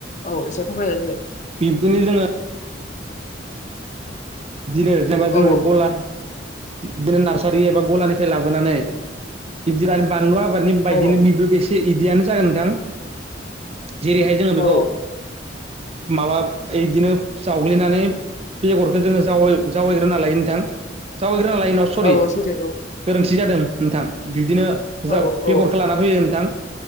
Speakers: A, on the left; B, on the right.
A: औ एसे फोरमायनाय होदो
B: बिब्दिनो जोङो बिदिनो जेनेबा जोङो
A: औ
B: गला बिदिनो नार्सारि एबा गलानिफ्राय लाबोनानै बिब्दि आरो बानलु आबादनि बायदिनो
A: औ
B: बेबो बेसे बिदियानो जागोन नोंथां जेरैहाय जोङो बेखौ
A: औ
B: माबा बिदिनो जावग्लिनानै बेगरखौ जोङो जावै जावायग्रोना लायो नोंथां जावायग्रोना लायो सरि
A: औ औ सैथो
B: गोरोनथि <unintelligible> जादों नोंथां बिब्दिनो जा
A: औ
B: बेगरखौ
A: औ
B: लाना फैयो नोंथां